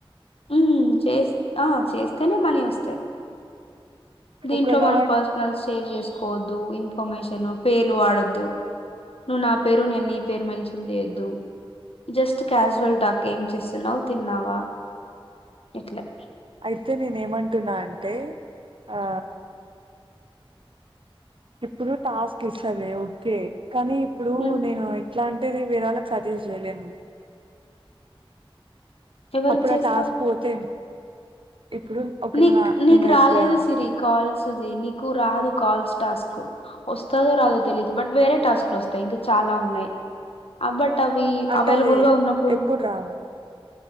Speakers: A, on the left; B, on the right.
A: హ్మ్. చేస్ ఆ చేస్తేనే మనీ వస్తాయి దీంట్లో
B: ఒకవేళ
A: మనం పర్సనల్ షేర్ చేసుకోవద్దు ఇన్ఫర్మేషన్ పేర్లు వాడొద్దు నువ్వు నా పేరు నేన్నీ పేరు మెన్షన్ చేయద్దు జస్ట్ క్యాజువల్ టాక్ ఏం చేస్తున్నావు తిన్నావా ఎట్లే
B: అయితే నేను ఏమంటున్నా అంటే ఆ ఇప్పుడు టాస్క్ ఇస్తుంది ఓకే కానీ ఇప్పుడు
A: హ్మ్.
B: నేను ఎట్లాంటి అది వేరే వాళ్ళకి సజెస్ట్ చేయలేను
A: ఎవరికి
B: అప్పుడ
A: చేస్తావు?
B: టాస్క్ పోతే ఇప్పుడు ఒకవేళ
A: నీక్
B: నా
A: నీకు
B: నేను
A: రాలేదు
B: ఇప్పుడు
A: సిరి కాల్స్ నీకు రాదు కాల్స్ టాస్క్ వస్తు రాదో తెలిదు బట్ వేరే టాస్క్లు వస్తాయి ఇంకా చాలా ఉన్నాయి బట్ అవి
B: అంటే
A: అవైలబుల్
B: అది
A: గా ఉన్నప్పుడు
B: ఎప్పుడు రావా